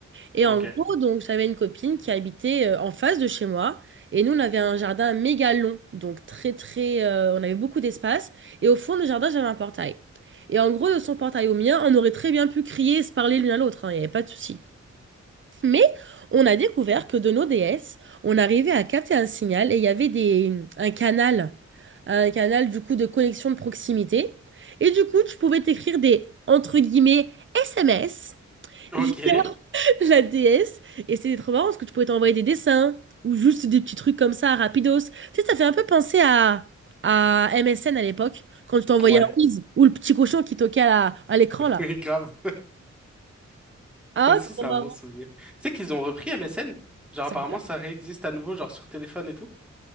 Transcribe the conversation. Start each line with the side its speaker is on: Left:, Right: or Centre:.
Right: Et
Centre: Ok.
Right: en gros, donc, j'avais une copine qui habitait euh, en face de chez moi. Et nous, on avait un jardin méga long, donc très, très. euh, on avait beaucoup d'espace. Et au fond du jardin, j'avais un portail. Et en gros, de son portail au mien, on aurait très bien pu crier et se parler l'une à l'autre. hein, Il n'y avait pas de souci. Mais on a découvert que de nos DS, on arrivait à capter un signal et il y avait des, un canal, un canal du coup de connexion de proximité. Et du coup, tu pouvais t'écrire des, entre guillemets, SMS
Centre: Ok.
Right: via <laughs> la DS. Et c'était trop marrant parce que tu pouvais t'envoyer des dessins ou juste des petits trucs comme ça, rapidos. Tu sais, ça fait un peu penser à, à MSN à l'époque, quand tu t'envoyais
Centre: Ouais.
Right: un whiz ou le petit cochon qui toquait à la- à l'écran
Centre: <laughs>
Right: là.
Centre: Oui, grave.
Right: Ah,
Centre: Toi aussi,
Right: trop
Centre: c'est un
Right: marrant.
Centre: bon souvenir. Tu sais qu'ils ont repris M S N Genre,
Right: Sérieux?
Centre: apparemment, ça réexiste à nouveau, genre sur téléphone et tout.